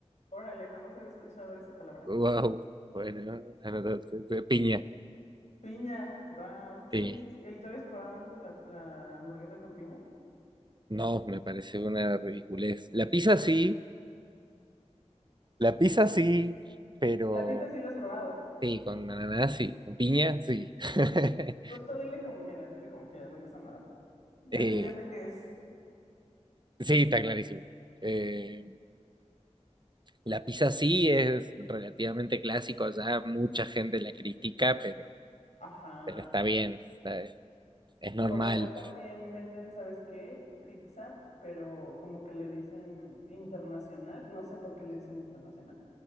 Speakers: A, on the left; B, on the right.
A: Órale, jamás había escuchado esa palabra.
B: Wow, bueno, ananá, piña.
A: Piña, wow, sí,
B: Sí,
A: sí, sí. ¿Y tú habías probado antes la, la hamburguesa con piña?
B: no, me parece una ridiculez. La pizza sí, la pizza sí, pero...
A: La pizza sí la has probado.
B: Sí, con ananá, sí. Con piña, sí. <laughs>
A: Tú, tú dile como quieras, dile como quieras, no pasa nada. Al
B: Eh,
A: fin ya sé qué es.
B: sí, está clarísimo. Eh, la pizza sí es relativamente clásico allá, mucha gente la critica, pero,
A: Ajá.
B: pero está bien, está- es normal.
A: Por acá también venden, ¿sabes qué? Pizza, pero como que le dicen internacional. No sé por qué le dicen internacional,